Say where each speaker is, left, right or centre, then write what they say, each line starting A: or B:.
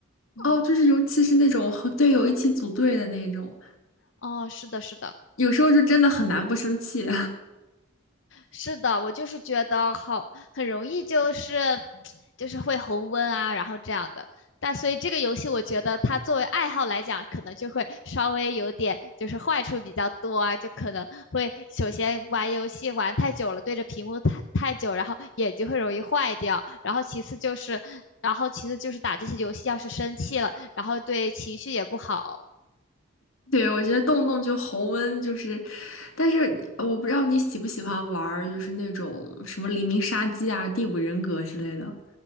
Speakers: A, on the left (about 60°); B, on the left (about 80°).
A: 嗯，
B: 哦，就是尤其是那种和队友一起组队的那种，
A: 哦，是的，是的。
B: 有时候就真的很难不生气。
A: 是的，我就是觉得好，很容易就是就是会红温啊，然后这样的。但所以这个游戏，我觉得它作为爱好来讲，可能就会稍微有点就是坏处比较多啊，就可能会首先玩游戏玩太久了，对着屏幕太太久，然后眼睛会容易坏掉。然后其次就是，然后其次就是打这些游戏要是生气了，然后对情绪也不好。
B: <laughs> 对，我觉得动不动就红温，就是，但是你我不知道你喜不喜欢玩儿就是那种什么《黎明杀机》啊、《第五人格》之类的。